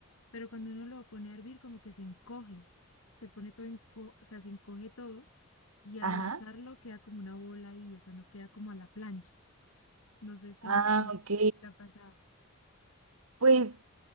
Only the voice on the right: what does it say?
ajá.
Ah,
ok.
Pues